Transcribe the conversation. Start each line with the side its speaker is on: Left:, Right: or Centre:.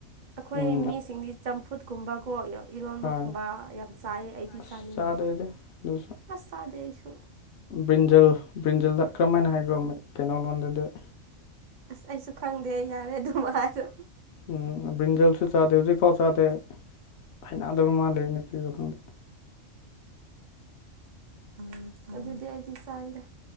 Right: ꯑꯩꯈꯣꯏ
Left: ꯎꯝ
Right: ꯃꯤꯁꯤꯡꯗꯤ ꯆꯝꯐꯨꯠ ꯀꯨꯝꯕ ꯀꯣ ꯑꯣꯏꯜ ꯏꯔꯣꯟꯕꯒꯨꯝꯕ
Left: ꯍꯣꯏ
Right: ꯌꯥꯝ ꯆꯥꯏꯌꯦ ꯑꯩꯗꯤ
Left: ꯑꯁ
Right: ꯆꯥꯅꯤꯡꯗꯦ
Left: ꯆꯥꯗꯦ ꯑꯩꯗꯤ ꯑꯗꯨꯁꯨ
Right: ꯑꯁ ꯆꯥꯗꯦ ꯑꯩꯁꯨ
Left: ꯕ꯭ꯔꯤꯟꯖꯜ ꯕ꯭ꯔꯤꯟꯖꯜꯗ ꯀꯔꯝ ꯍꯥꯏꯅ ꯍꯥꯏꯈ꯭ꯔꯣ ꯀꯩꯅꯣ ꯂꯣꯟꯗꯨꯗꯤ
Right: ꯑꯁ ꯑꯩꯁꯨ ꯈꯪꯗꯦ ꯌꯥꯔꯦ ꯑꯗꯨꯝ ꯍꯥꯏꯔꯣ
Left: ꯎꯝ ꯐꯗꯦꯜꯁꯨ ꯆꯥꯗꯦ ꯍꯧꯖꯤꯛꯐꯥꯎ ꯆꯥꯗꯦ ꯍꯅꯗꯕ ꯃꯥꯜꯂꯤ ꯀ꯭ꯔꯤꯗꯣ ꯈꯪꯗꯦ
Right: ꯑꯣ ꯑꯗꯨꯗꯤ ꯑꯩꯗꯤ ꯆꯥꯏꯗ